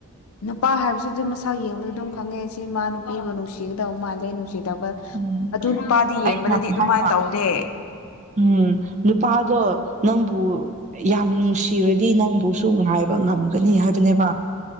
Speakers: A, on the left; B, on the right.
A: ꯅꯨꯄꯥ ꯍꯥꯏꯕꯁꯤꯗꯤ ꯃꯁꯥ ꯌꯦꯡꯕꯗ ꯑꯗꯨꯝ ꯈꯪꯉꯦ ꯁꯤ ꯃꯥ ꯅꯨꯄꯤꯕꯨ ꯅꯨꯡꯁꯤꯒꯗꯕ ꯃꯥꯜꯂꯦ ꯅꯨꯡꯁꯤ
B: ꯎꯝ
A: ꯑꯗꯨ ꯅꯨꯄꯥꯗꯤ ꯌꯦꯡꯕꯗꯗꯤ
B: ꯑꯩꯅ
A: ꯑꯗꯨꯃꯥꯏꯅ
B: ꯍꯥꯏꯕ
A: ꯇꯧꯗꯦ
B: ꯎꯝ ꯅꯨꯄꯥꯗꯣ ꯅꯪꯕꯨ ꯌꯥꯝ ꯅꯨꯡꯁꯤꯔꯗꯤ ꯅꯪꯕꯨꯁꯨꯥꯏꯕ ꯉꯝꯒꯅꯤ ꯍꯥꯏꯕꯅꯦꯕ